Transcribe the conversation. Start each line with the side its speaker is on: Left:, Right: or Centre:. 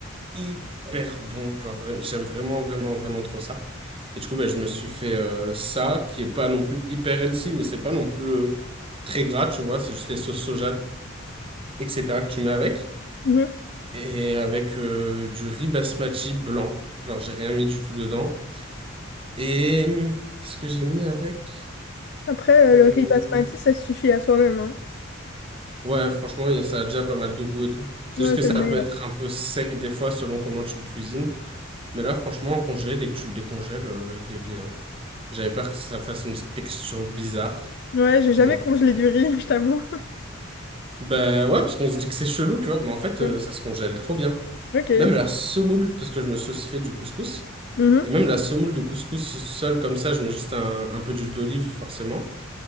Right: hyper bon. Genre, vra- j'aime vraiment, vraiment, vraiment trop ça. Et du coup, ben, je me suis fait euh, ça, qui est pas non plus hyper healthy, mais c'est pas non plus euh, très gras, tu vois. C'est juste les sauces soja, etc. que tu mets avec.
Left: Mhm.
Right: Et avec euh, du riz basmati blanc. Genre, j'ai rien mis du tout dedans. Et hum, qu'est-ce que j'ai mis avec?
Left: Après, euh,
Right: Hum,
Left: le riz basmati, ça suffit à soi-même, hein.
Right: Ouais, franchement, y a- ça a déjà pas mal de goût et tout. C'est
Left: Ouais,
Right: juste que
Left: c'est
Right: ça
Left: le meilleur.
Right: peut être un peu sec des fois selon comment tu le cuisines. Mais là, franchement, en congelé, dès que tu le décongèles, euh, il est bien. J'avais peur que ça fasse une texture bizarre.
Left: Ouais, j'ai jamais
Right: Bon.
Left: congelé du riz, <laughs> je t'avoue.
Right: Ben ouais, parce qu'on se dit que c'est chelou, tu vois. Mais en fait,
Left: Ouais.
Right: euh, ça se congèle trop bien.
Left: Ok.
Right: Même la semoule, parce que je me suis aussi fait du couscous.
Left: Mhm.
Right: Et même la semoule de couscous seule comme ça, je mets juste un, un peu d'huile d'olive, forcément.